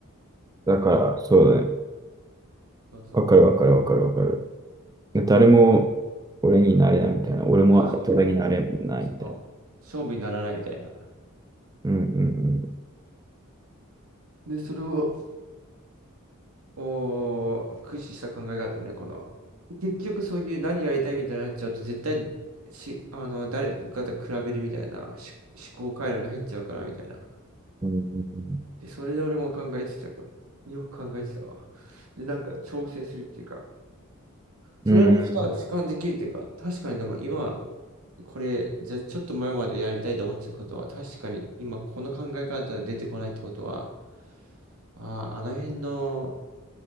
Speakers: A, on the right; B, on the right.
A: だからそうだね
B: そうそう。
A: わかるわかるわかるわかるで誰も俺になれないみたいな俺も誰になれないみたいな
B: そうそう。そう。勝負にならないみたいな。
A: うん
B: で、それを、おー駆使した考え方ね、この。結局そういう何やりたいみたいになっちゃうと、絶対し、あの、誰かと比べるみたいなし思考回路に入っちゃうからみたいな。
A: うんうん
B: で、それで俺も考えてた。よく考えてたわ。で、なんか調整するっていうか、それは俯瞰できるっていうか、
A: うん
B: 確かにでも今、これ、じゃあちょっと前までやりたいと思ってたことは、確かに今この考え方で出てこないってことは、ああ、あの辺の、